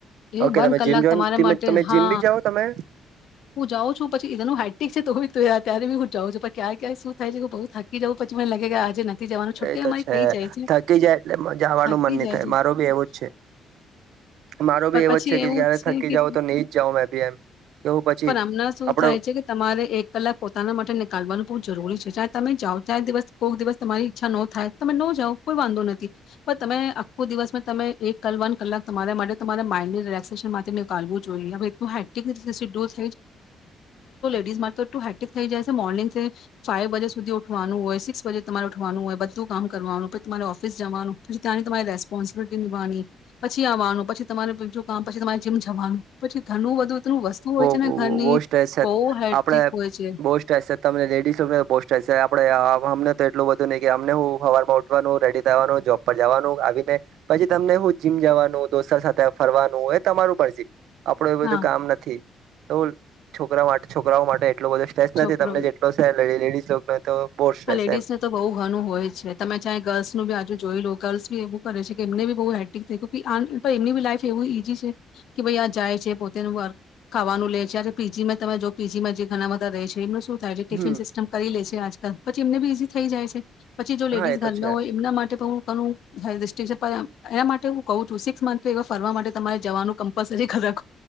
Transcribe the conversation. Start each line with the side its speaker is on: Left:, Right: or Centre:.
Right: ઓકે
Left: એ વન
Right: તમે
Left: કલાક
Right: જીમ જો
Left: તમારા માટે
Right: તમે
Left: હા
Right: જીમ બી જાઓ તમે
Left: હું જાઉં છું પછી એનું હાઇટ ઠી છે તો તો ત્યારે બી હું જાઉ છું પણ ક્યાં ક્યાય શું થાય છે કે બઉ થાકી જઉું પછી મને લાગે કે આજે જવાનું છુટ્ટી
Right: એ તો
Left: અમારી
Right: છે
Left: થઈ જાય
Right: થકી જાય એટલે મને જવાનું
Left: થાકી
Right: મન નહી
Left: જાય
Right: થાય
Left: છે
Right: માર બી એવું જ છે મારો
Left: પણ
Right: ભી એવો
Left: પછી
Right: જ છે કે
Left: એવું
Right: ક્યારે
Left: છે
Right: થકી
Left: કે
Right: જાવ તો નહી જ જાવ મે ભી એમ કેવું પછી
Left: પણ આમના શું
Right: આપડો
Left: થાય છે કે તમારે એક કલાક પોતાના માટે કાલવાનું બહુ જરૂરી છે જ્યાં તમે જાઓ ત્યાં દિવસ કોઈક દિવસ તમારી ઈચ્છા ન થાય તમે ન જાાવ કોઈ વાંધો નથી પણ તમે આખો દિવસમાં તમે એક કલવન કલાક તમારા માટે તમારા માઇન્ડની રિલેક્સેશન માટે નીકાલવું જોઈએ હવે એ મા તોટલું હેટિક થઈ જાય છે મોર્નિંગ ફાઇવ બજે સુધી ઉઠવાનું હોય સિક્સ બજે તમારે ઉઠવાનું હોય બધું કામ કરવાનું પછી તમારે ઓફિસ જવાનું પછી ત્યાંની તમારે રેસ્પોન્સિબિલિટી નિવાની પછીવાનું પછી તમારે બીજું કામ પછી તમારે જીમ જવાનું પછી ઘણું બધું એટલુ વસ્તુ હોય.
Right: બોસ્ટ
Left: ને ઘરની
Right: છે
Left: બહુ હેટ્રિક
Right: આપડે
Left: હોય છે
Right: બોસ્ટ તમને લેડીસસ્ટ આપ તો એટલું બધું નહ કે અમને હું સવારમાં ઉઠવાનું રેડી થવાનું જોબ પર જવાનું આવીને પછી તમને હું જીમ જવાનું દોસ્તાર સાથે ફરવાનું એ તમારું પણ છે. આપડો એવું
Left: હા
Right: બધું કામ નથી તો છોકરા માટે છોકરાઓ માટે એટલો બધું સ્ટ્રેસ
Left: છોકરો
Right: નથી તમને જેટલો સે લેડીઝ લોકોનો તો બહુ સ્ટ્રેસ
Left: હા લેડીઝને
Right: એમ
Left: તો બહુ ઘણું હોય છે તમે ચાહે ગર્લ્સનું બી હજુ જોઈ લો ગર્લ્સ એવું કરે છે કે એમને બી બહુ હે્ટિક થાય એમની બી લાઈફ એવું ઈઝી છે કે ભાઈ આ જાય છે પોતેનું વર્ક ખાવાનું લે છે પીજીમાં તમે જો પીજીમાં જે ઘણા બધા રહે છે એમનું શું તોજે ટિફિન
Right: હમ
Left: સિસ્ટમ કરી લે છે આજકાલ પછી એમને બી ઈઝી થઈ જાય છે. પછી જો લેડીસ
Right: હા એ
Left: ઘર
Right: તો છે
Left: ના હોય એમના માટે પણ હું કરું હેલ્થ એના માટે હું કઉ છું સિક્સ મંથ એવા ફરવા માટે તમારે જવાનું કમ્પલસરી ખરે